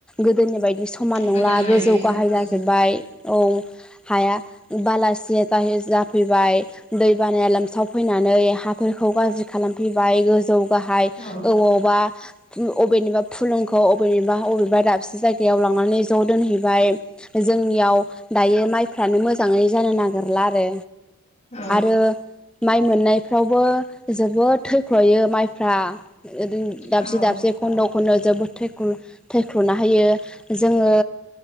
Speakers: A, in the centre; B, on the left.
A: गोदोनि बायदि समान नंङा
B: गोदान माइ
A: गोजौ
B: गायनो
A: गाहाय
B: औ
A: जाजोब बाय औ हाया बालासिया जा जाफैबाय दै बानाया लोमसाव फैनानै हाफोरखौ गाज्रि खालामफैबाय गोजौ बाहाय
B: औ
A: अबावबा बबेनिबा फुलुंखौ अबेनिबा बबेबा दाबसे जायगायाव लांनानै ज' दोनहैबाय जोंनियाव दायो माइफ्रानो मोजांङै जानो नागिरला आरो
B: औ
A: आरो माइ मोननायफ्रावबो जोबोद थैख्र'यो माइफ्रा ओर दाबसे
B: औ
A: दाबसे खन्द' खन्दआव जोबोद थैख थैख्लुना होयो जोङो।